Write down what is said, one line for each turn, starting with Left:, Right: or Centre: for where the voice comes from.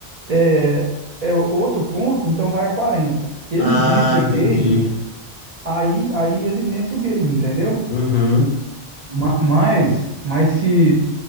Right: é, é outro ponto, então vai a quarenta Ele
Left: Ah,
Right: vence o
Left: entendi.
Right: game, aí, aí ele vence o game, entendeu?
Left: Uhum.
Right: Ma- Mas, mas se